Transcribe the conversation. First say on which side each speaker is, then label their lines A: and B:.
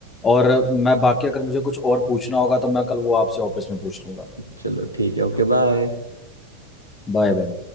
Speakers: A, on the left (about 20°); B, on the left (about 80°).
A: और मैं बाकी अगर मुझे कुछ और पूछना होगा तो मैं कल वो आपसे ऑफिस में पूछ लूंगा
B: चलो ठीक है ओके बाय
A: Bye bye